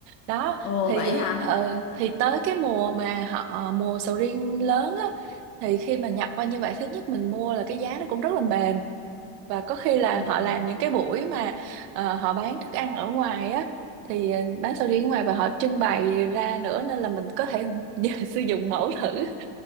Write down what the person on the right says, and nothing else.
đó
thì
ờ, thì tới cái mùa mà họ ờ, mùa sầu riêng lớn á thì khi mà nhập qua như vậy thứ nhất mình mua là cái giá nó cũng rất là mềm và có khi là
họ làm những cái buổi mà ờ, họ bán thức ăn ở ngoài á thì ờ, bán sầu riêng ở ngoài và họ trưng bày ra nữa nên là mình có thể <laughs> sử dụng mẫu thử